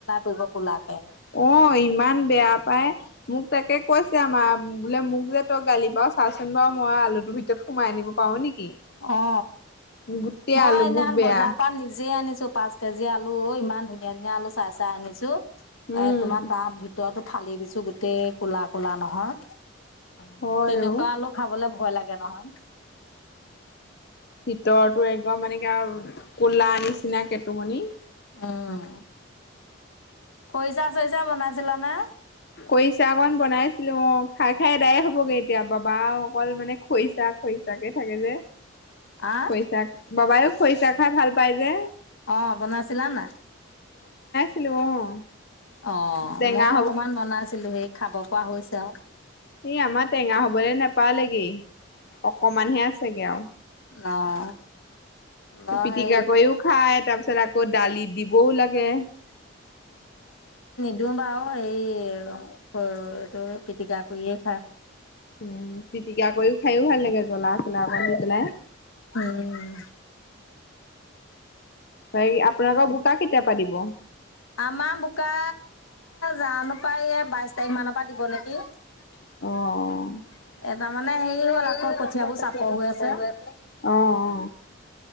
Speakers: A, on the left; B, on the left.
A: পৰিব কোলাকে
B: অ ইমান বেয়া পাই মোক তাকে কৈছে আমাৰ বোলে মোক যে তই গালি চাচোন বাৰু মই আলুটোৰ ভিতৰত সোমাই আনিব পাৰো নেকি
A: অ
B: গোটেই
A: মই
B: আলুবোৰ
A: সেইদিনা
B: বেয়া
A: বজাৰ পৰা নিজে আনিছো পাঁচ কেজি আলু অ ইমান ধুনীয়া ধুনীয়া আলু চাই চাই আনিছো
B: উম
A: এ তোমাৰ তাৰ ভিতৰতো ফালি দিছোঁ গোটেই ক'লা ক'লা নহয়
B: হয়
A: তেনেকুৱা
B: অ
A: আলু খাবলে ভয় লাগে নহয়
B: ভিতৰতো একদম মানে কিবা ক'লা নিচিনা কেটুমণি।
A: উম খৰিচা চৰিচা বনাইছিলা নে?
B: খৰিচা অকণ বনাইছিলো, অ' খাই খাই আদায় হ'বগৈ এতিয়া, বাবা অকল মানে খৰিছা খৰিছা তাতে থাকে যে,
A: আহ
B: খৰিচা বাবায়েও খৰিচা খাই ভাল পায় যে।
A: অ' বনাইছিলা নাই?
B: ছিলো, অ'
A: অ'
B: টেঙা
A: মইও অকমান বনাইছিলো, সেই খাব পৰা হৈছে আৰু।
B: এ আমাৰ টেঙা হবলৈ নেপালেগে। অকমানহে আছেগে আৰু।
A: অ' মই
B: পিটিকাকৈও
A: হেৰি
B: খাই, তাৰ পিছত আকৌ দালিত দিবও লাগে
A: দিওঁ বাৰু, হেৰি সৰুটো পিটিকা কৰিয়ে খায়।
B: উম, পিটিকা কৰি খায়ো ভাল লাগে। জলা চলা অকমান দি পেলাই
A: উম
B: হয়, আপোনালোকৰ বোকা কেতিয়াৰ পৰা দিব
A: উ <unintelligible> আমাৰ বোকা জানো পাই বাইশ তাৰিখ মানৰ পৰা দিব নেকি। <unintelligible>
B: অ <unintelligible>
A: হেৰি হ'ল আকৌ কঠিয়াবোৰ চাপৰ হৈ আছে
B: <inaudible> অ অ